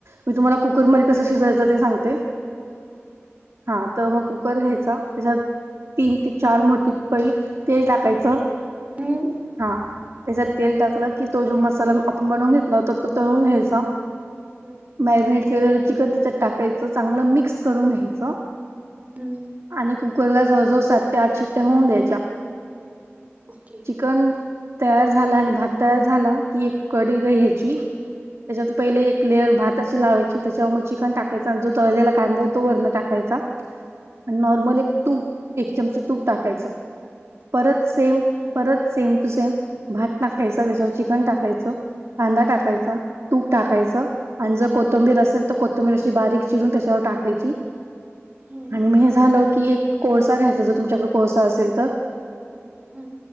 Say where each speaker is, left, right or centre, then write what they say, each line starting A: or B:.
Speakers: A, on the right (about 75°); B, on the right (about 35°).
A: मी तुम्हाला कुकर मध्ये कसं शिजवायचं ते सांगते. हा तर मग कुकर घ्यायचा त्याच्यात तीन ते चार मोठी पळी तेल टाकायचं
B: हम्म हम्म
A: हा त्याच्यात तेल टाकलं की तो जो मसाला आपण बनवून घेतला होता तो तळून घ्यायचा
B: हम्म!
A: मॅरिनेट केलेलं चिकन त्याच्यात टाकायचं चांगलं मिक्स करून घ्यायचं
B: हम्म
A: आणि कुकरला जवळजवळ सात ते आठ शिट्टया होऊन द्यायच्या
B: ओके
A: चिकन तयार झाला आणि भात तयार झाला की एक कडी घ्यायची त्याच्यात पहिले
B: हम्म
A: एक लेअर भात अशी लावायची त्याच्यावर मग चिकन टाकायचं आणि जो तळलेला कांदा आहे तो वर्ण टाक घ्यायचा आणि नॉर्मल एक तूप एक चमचा तूप टाकायचं. परत सेम परत सेम टू सेम भात टाकायचं त्याच्यावर चिकन टाकायचं. कांदा टाकायचा तूप टाकायचं आणि जर कोथंबीर असेल तर कोथंबीर अशी बारीक चिरून त्याच्यावर टाकायची
B: हम्म
A: आणि मग हे झालं की एक कोळसा घ्यायच जर तुमच्याकडे कोळसा असेल तर
B: हम्म!